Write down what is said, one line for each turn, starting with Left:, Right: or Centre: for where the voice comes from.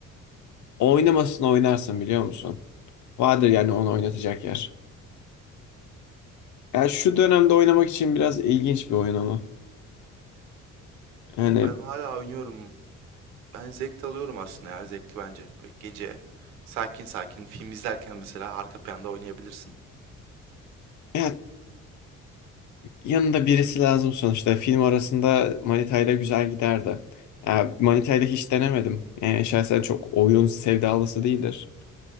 Left: oynamasın oynarsın biliyor musun? Vardır yani onu oynatacak yer. Ya şu dönemde oynamak için biraz ilginç bir oyun ama.
Right: Bilmiyorum
Left: Yani
Right: ben hala oynuyorum. Ben zevk de alıyorum aslında ya zevkli bence. Böyle gece sakin sakin film izlerken mesela arka planda oynayabilirsin.
Left: ya yanında birisi lazım sonuçta. Film arasında Manita'yla güzel giderdi. Ya Manita'yla hiç denemedim. Yani şahsen çok oyun sevdalısı değildir